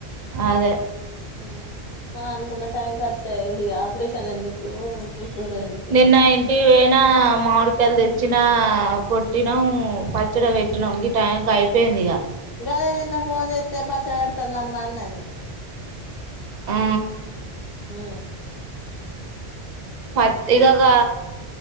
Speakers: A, on the right; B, on the left.
A: అదే
B: ఉ మనం అనుకున్న టైం కత్తె ఈ ఆపరేషన్ ఎందుకు పుట్టుడు ఎందుకు
A: నిన్న ఇంటి వేనా మాడు టెలు తెచ్చిన పొట్టినం ఇచ్చడ పెట్టిన ఇంగ టైకి అయిపోయింది ఇగ
B: గదే నిన్న ఫోన్ ఎతే పత పెడుతుాంది అమ్మా అన్నది
A: ఆ
B: పి
A: మట్టి గగా